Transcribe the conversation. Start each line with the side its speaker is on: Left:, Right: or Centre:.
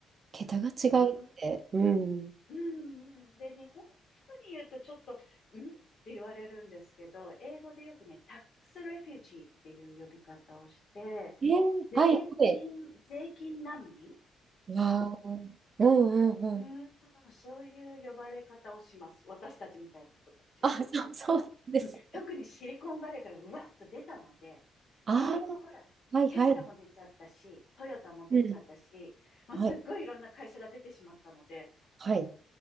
Right: 桁が違うって。
Left: うん
Right: うん。
Left: うんうん。で、日本の人に言うとちょっと、んって言われるんですけど、英語でよくね、タックスレフュージーっていう呼び方をして、
Right: えー、
Left: 税金、
Right: はい、はい。
Left: 税金難民
Right: わー、うんうんうん。
Left: うん、そういう呼ばれ方をします。私たちみたいな人たちが。
Right: あ、そう、そうなんですね。
Left: と、うん、特にシリコンバレーからうわっと出たので、
Right: あ
Left: 結局ほら、
Right: あはい、
Left: テスラも出ちゃったし、
Right: はい。
Left: トヨタも出ちゃったし、
Right: うん。
Left: まあ、
Right: はい、
Left: すっごいいろんな会社が出てしまったので、
Right: はい。え